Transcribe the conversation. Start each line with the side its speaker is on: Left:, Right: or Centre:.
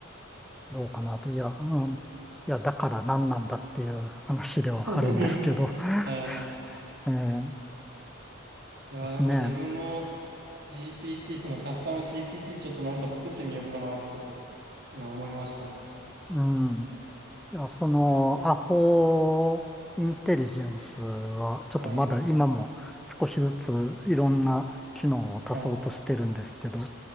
Centre: どうかなって、いや、うん、いや、だから何なんだっていう話ではあるんですけど、
Right: <laughs>
Centre: <laughs>
Right: はい。
Centre: えー
Right: いや、なんか自分も
Centre: ですね、
Right: GPT、そのカスタム GPT ちょっとなんか作ってみようかなって今思いました。
Centre: うん、いや、その、アホインテリジェンスは、ちょっとまだ今も少しずついろんな機能を足そうとしてるんですけど、
Right: はい、はい。